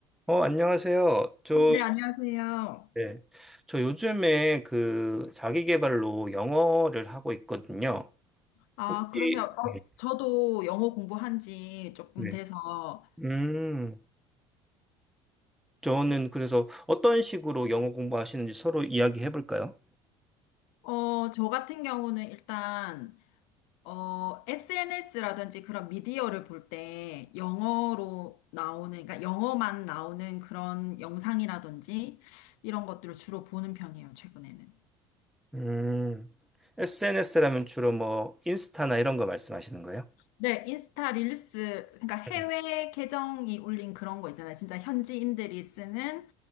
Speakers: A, in the centre; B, on the left.
A: 어, 안녕하세요. 저,
B: 네, 안녕하세요.
A: 네. 저 요즘에 그 자기 개발로 영어를 하고 있거든요.
B: 아,
A: 혹시,
B: 그러면 어,
A: 네.
B: 저도 영어 공부한 지 조금
A: 네.
B: 돼서
A: 음, 저는 그래서 어떤 식으로 영어 공부하시는지 서로 이야기해 볼까요?
B: 어, 저 같은 경우는 일단 어, SNS라든지 그런 미디어를 볼 때 영어로 나오는 그러니까 영어만 나오는 그런 영상이라든지 이런 것들을 주로 보는 편이에요, 최근에는.
A: 음, SNS라면 주로 뭐 인스타나 이런 거 말씀하시는 거예요?
B: 네, 인스타 릴스, 그러니까 해외
A: 네.
B: 계정이 올린 그런 거 있잖아요. 진짜 현지인들이 쓰는